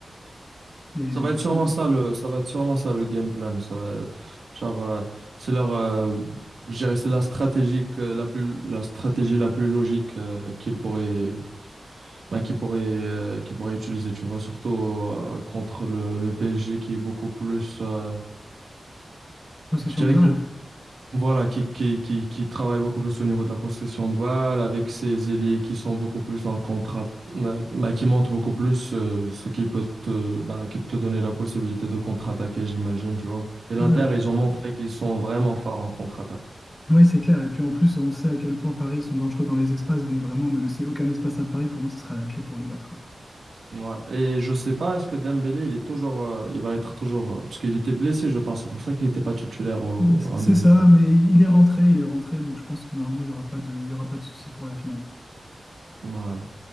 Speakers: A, on the left; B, on the right.
A: et
B: Ça va
A: du
B: être
A: coup,
B: sûrement ça le, ça va être sûrement ça le game plan. Ça va- genre, euh, c'est leur, euh, je dirais, c'est la stratégie que- la plus, la stratégie la plus logique euh, qu'ils pourraient, ben, qu'ils pourraient, euh, qu'ils pourraient utiliser. Tu vois, surtout euh, contre le, le PSG qui est beaucoup plus, euh,
A: possession
B: je dirais
A: de balle.
B: Voilà, qui, qui, qui, qui travaille beaucoup plus au niveau de la possession de balle, avec ses ailiers qui sont beaucoup plus en contrat, euh, bah, qui montent beaucoup plus, euh, ce qui peut te, bah, qui te donner la possibilité de contre-attaquer, j'imagine, tu vois. Et l'Inter,
A: Ouais, ouais.
B: ils ont montré qu'ils sont vraiment forts en contre-attaque.
A: Oui, c'est clair. Et puis en plus, on sait à quel point Paris sont dangereux dans les espaces. Donc vraiment, ne laisser aucun espace à Paris, pour moi, ce sera la clé pour les battre.
B: Ouais. Et je sais pas, est-ce que Dembélé, il est toujours, euh, il va être toujours, euh, parce qu'il était blessé, je pense, c'est pour ça qu'il n'était pas titulaire au-
A: Euh, c-
B: en
A: C'est
B: demi-finale.
A: ça, mais il est rentré, il est rentré. Donc je pense que normalement, il n'y aura pas de, il y aura pas de souci pour la finale.
B: Ouais.